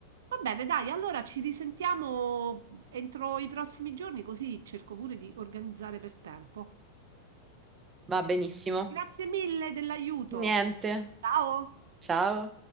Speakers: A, on the right (about 60°); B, on the right (about 20°).
A: Va bene, dai, allora ci risentiamo entro i prossimi giorni, così cerco pure di organizzare per tempo.
B: va benissimo.
A: Grazie mille dell'aiuto.
B: Niente.
A: Ciao!
B: Ciao.